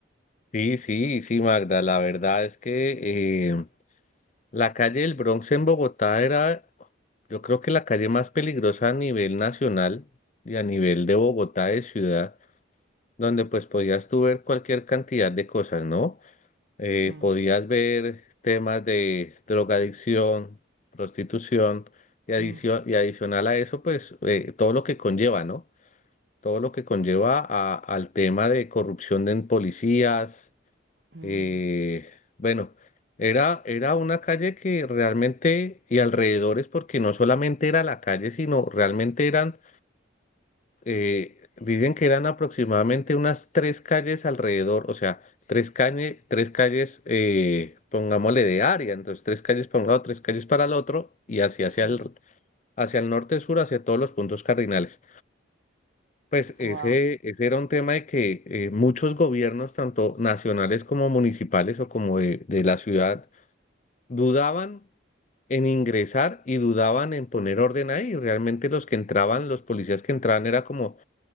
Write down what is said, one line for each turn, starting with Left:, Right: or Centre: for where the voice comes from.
Left: Sí, sí, sí, Magda. La verdad es que eh, la calle del Bronx en Bogotá era, yo creo que la calle más peligrosa a nivel nacional y a nivel de Bogotá de ciudad, donde pues podías tú ver cualquier cantidad de cosas, ¿no? Eh,
Right: Mm,
Left: podías ver temas de drogadicción, prostitución y adicio-
Right: mm,
Left: y adicional a eso, pues eh, todo lo que conlleva, ¿no? todo lo que conlleva a- al tema de corrupción en policías.
Right: mm,
Left: eh, bueno, era, era una calle que realmente, y alrededores, porque no solamente era la calle, sino realmente eran, eh, dicen que eran aproximadamente unas tres calles alrededor, o sea, tres calles tres calles, eh, pongámosle de área, entonces tres calles para un lado, tres calles para el otro, y así hacia
Right: sí.
Left: el, hacia el norte-sur, hacia todos los puntos cardinales. Pues ese,
Right: Wow.
Left: ese era un tema de que eh, muchos gobiernos, tanto nacionales como municipales o como de, de la ciudad, dudaban en ingresar y dudaban en poner orden ahí. Realmente los que entraban, los policías que entraban, era como